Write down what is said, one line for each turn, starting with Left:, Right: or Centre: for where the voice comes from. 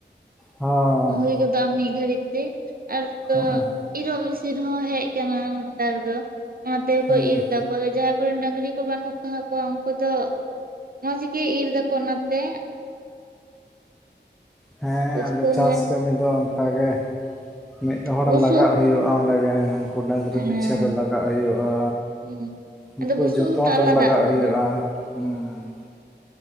Centre: ᱦᱚᱸ
Right: ᱦᱩᱭ ᱜᱚᱫᱚᱜᱼᱟ ᱢᱤᱫ ᱜᱷᱟᱹᱲᱤᱡ ᱛᱮ ᱟᱨ ᱛᱚ
Centre: ᱦᱚᱸ ᱦᱩᱸ
Right: ᱤᱨᱚᱞ ᱢᱤᱥᱤᱱ ᱨᱮ ᱦᱚᱸ ᱦᱮᱡ ᱠᱟᱱᱟ᱾ ᱱᱮᱛᱟᱨ ᱫᱚ ᱚᱱᱟ ᱛᱮᱠᱚ
Centre: ᱦᱩᱸ
Right: ᱤᱨ ᱫᱟᱠᱚ ᱠᱚᱣᱟ ᱜᱮ ᱡᱟᱦᱟᱸᱭ ᱠᱚᱨᱮᱱ ᱰᱟᱹᱝᱨᱤ ᱠᱚ ᱵᱟᱹᱱᱩᱜ ᱠᱚᱣᱟᱜ ᱠᱚᱣᱟ ᱩᱱᱠᱩ ᱫᱚ ᱢᱚᱸᱡᱽ ᱜᱤ ᱤᱨ ᱫᱟᱠᱚ ᱚᱱᱟ ᱛᱮ᱾
Centre: ᱦᱮᱸ
Right: ᱵᱩᱥᱛᱟᱹ
Centre: ᱟᱫᱚ ᱪᱟᱥ
Right: ᱦᱮᱸ
Centre: ᱠᱟᱹᱢᱤ ᱫᱚ ᱚᱱᱠᱟ ᱜᱮ ᱢᱤᱫ ᱦᱚᱲ
Right: ᱵᱩᱥᱩᱵ
Centre: ᱞᱟᱜᱟᱜ ᱦᱩᱭᱩᱜᱼᱟ ᱚᱸᱰᱮ ᱜᱮ ᱩᱱᱠᱩ ᱰᱟᱹᱝᱨᱤ
Right: ᱦᱮᱸ
Centre: ᱯᱤᱪᱷᱟᱹ ᱨᱮ ᱞᱟᱜᱟᱜ ᱦᱩᱭᱩᱜᱼᱟ᱾
Right: ᱦᱩᱸ
Centre: ᱩᱱᱠᱩ
Right: ᱟᱫᱚ ᱵᱩᱥᱩᱵ
Centre: ᱡᱚᱛᱚᱱ
Right: ᱦᱚᱸᱛᱚ
Centre: ᱨᱮ
Right: ᱟᱞᱟᱫᱟᱜ
Centre: ᱞᱟᱜᱟᱜ
Right: ᱠᱟᱱᱟ
Centre: ᱦᱩᱭᱩᱜᱼᱟ ᱦᱩᱸ ᱾